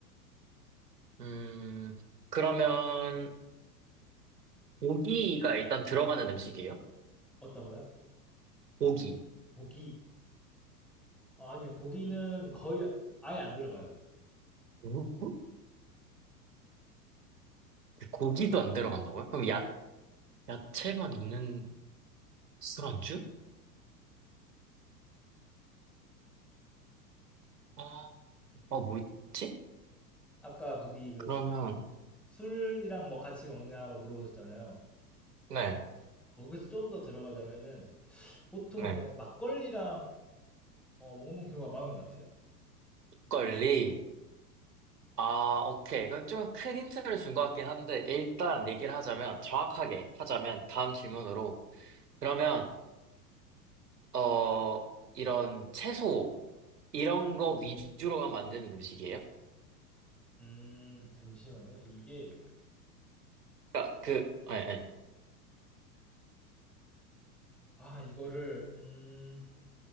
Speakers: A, on the right; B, in the centre.
A: 음, 그러면, 고기가 일단 들어가는 음식이에요?
B: 어떤 거요?
A: 고기.
B: 고기. 어, 아니요, 고기는 거의 아- 아예 안 들어가요.
A: 어? 고기도 안 들어간다고요? 그럼 야, 야채만 있는 술안주? 어, 어, 뭐 있지?
B: 아까 거기 그
A: 그러면,
B: 술, 술이랑 뭐 같이 먹냐 뭐 물어보셨잖아요.
A: 네,
B: 거기서 좀 더 들어가자면은 보통
A: 네.
B: 이거는 막걸리랑 어, 먹는 경우가 많은 것 같아요.
A: 막걸리. 아, 오케이. 그건 좀 큰 힌트를 준 것 같긴 한데, 일단 얘기를 하자면, 정확하게 하자면, 다음 질문으로. 그러면, 어, 이런 채소, 이런 거 위주로만 만드는 음식이에요?
B: 음, 잠시만요. 이게
A: 그러니까 그, 예, 예.
B: 아 이거를 음